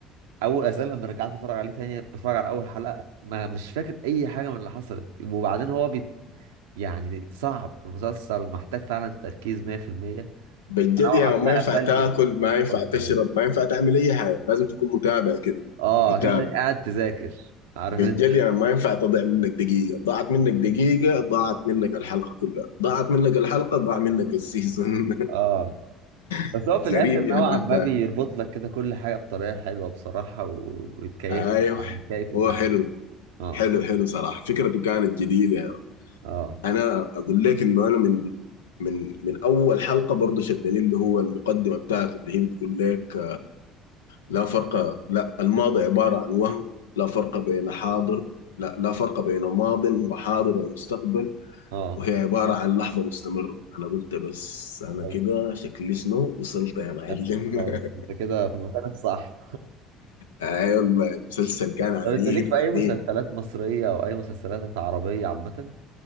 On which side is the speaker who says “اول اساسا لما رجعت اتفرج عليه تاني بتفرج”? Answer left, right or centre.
Right